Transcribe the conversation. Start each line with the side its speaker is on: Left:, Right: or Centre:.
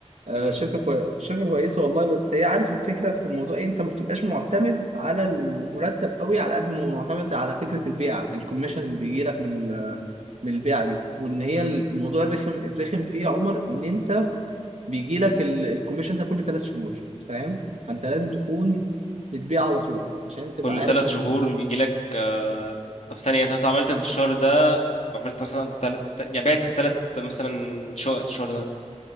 Right: آه،
Left: مم.
Right: شركة كوي... شركة كويسة والله بس هي عارف الفكرة في الموضوع ايه انت ما بتبقاش معتمد على المرتب قوي على قد ما معتمد على فكرة البيعة الكوميشن اللي بيجي لك من ال... من البيعة دي وان هي الموضوع الرخم الرخم فيه يا عمر ان انت بيجي لك ال... الكوميشن ده كل ثلاث شهور فاهم فانت لازم تكون بتبيع على طول عشان تبقى
Left: كل
Right: عارف
Left: ثلاث
Right: ان
Left: شهور بيجي لك آه... طب ثانية انت مثلا عملت الشهر ده عملت مثلا تلت... يعني بعت تلت مثلا شقق الشهر ده